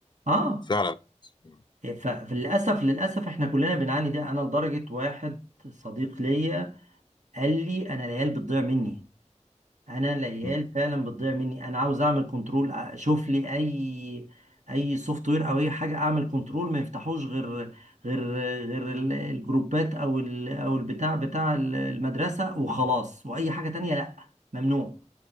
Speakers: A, on the right (about 75°); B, on the left (about 35°).
A: اه
B: فعلا مم.
A: فللاسف للاسف احنا كلنا بنعاني ده انا لدرجه واحد صديق ليا قال لي انا العيال بتضيع مني انا العيال
B: مم.
A: فعلا بتضيع مني انا عاوز اعمل كنترول اشوف لي اي اي سوفت وير او اي حاجه اعمل كنترول ما يفتحوش غير غير غير ال- الجروبات او ال- او البتاع بتاع المدرسه وخلاص واي حاجه تانية لا ممنوع